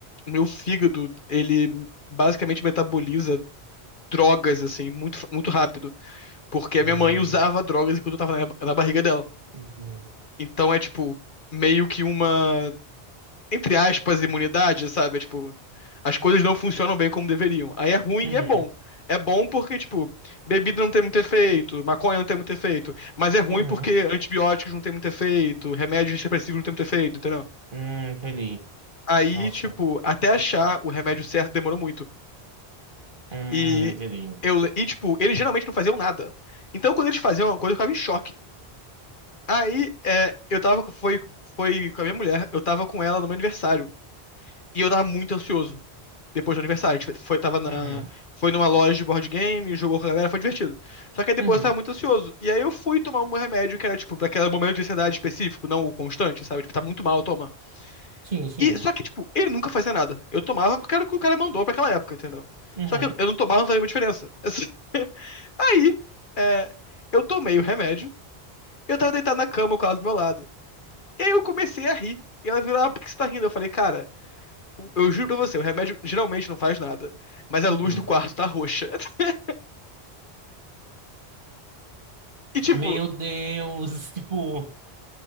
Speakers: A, on the left; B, on the right.
A: o meu fígado, ele basicamente metaboliza drogas assim muito, fa- muito rápido, porque a
B: Hum,
A: minha mãe usava drogas enquanto eu tava na, na barriga dela.
B: Uhum.
A: Então é tipo meio que uma, entre aspas, imunidade, sabe? É, tipo, as coisas não funcionam bem como deveriam. Aí é ruim
B: Uhum.
A: e é bom. É bom porque, tipo, bebida não tem muito efeito, maconha não tem muito efeito, mas é ruim
B: Uhum.
A: porque antibióticos não tem muito efeito, remédios depressivos não tem muito efeito, entendeu?
B: Hum, entendi.
A: Aí,
B: Nossa.
A: tipo, até achar o remédio certo demorou muito.
B: Hum,
A: E
B: entendi.
A: eu, e tipo, eles geralmente não faziam nada. Então, quando eles faziam uma coisa, eu ficava em choque. Aí, é, eu tava, foi, foi com a minha mulher, eu tava com ela no meu aniversário. E eu tava muito ansioso depois do aniversário. A gente foi, foi- tava na,
B: Uhum.
A: foi numa loja de board game, jogou com a galera, foi divertido. Só que aí depois
B: Uhum.
A: eu tava muito ansioso. E aí eu fui tomar um remédio que era, tipo, daquele momento de ansiedade específico, não o constante, sabe? Tipo, tá muito mal, toma.
B: Sim, sim.
A: E, só que, tipo, ele nunca fazia nada. Eu tomava porque era o que o cara mandou pra aquela época, entendeu?
B: Uhum.
A: Só que eu, eu não tomava, não fazia muita diferença. <laughs> Aí, é, eu tomei o remédio, eu tava deitado na cama com ela do meu lado. E aí eu comecei a rir. E ela virou, ah, por que você tá rindo? Eu falei, cara, o- Eu juro pra você, o remédio geralmente não faz nada. Mas a
B: Uhum.
A: luz do quarto tá roxa. <laughs> E, tipo,
B: Meu Deus. <laughs> Tipo.